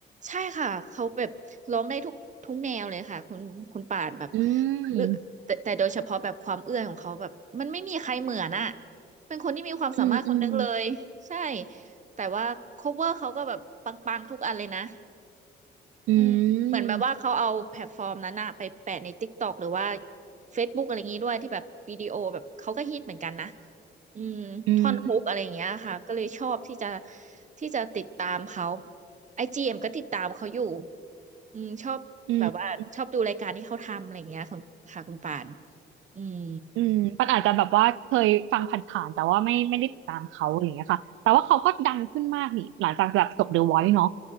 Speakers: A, on the right; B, on the right.
A: ใช่ค่ะเขาแบบร้องได้ทุกทุกแนวเลยค่ะคุณคุณป่านแบบ
B: อืม
A: เออแต่แต่โดยเฉพาะแบบความเอื้อนของเขาแบบมันไม่มีใครเหมือนอะเป็นคนที่มีความสามารถคนนึงเลยใช่
B: อืมอืม
A: แต่ว่า cover เขาก็แบบปังๆทุกอันเลยนะ
B: อื
A: อืมเหมือนแบบว่าเขาเอาแพลตฟอร์มนั้นอะไปแปะใน
B: ม
A: TikTok หรือว่า Facebook อะไรอย่างงี้ด้วยที่แบบวิดีโอแบบเขาก็ฮิตเหมือนกันนะอืมท่อนฮุกอะไรอย่างเงี้ยค่ะก็เลยชอบที่จะ
B: อืม
A: ที่จะติดตามเขาไอจีเอ็มก็ติดตามเขาอยู่ อืมชอบแบบว่าชอบดูรายการที่เขาทำอะไรอย่างเงี้ยคุณค่ะคุณป่าน
B: อืม
A: อืม
B: อืมปันอาจจะแบบว่าเคยฟังผ่านๆแต่ว่าไม่ไม่ได้ติดตามเขาอะไรอย่างเงี้ยค่ะแต่ว่าเขาก็ดังขึ้นมากนี่หลังจากแบบจบ The Voice เนาะ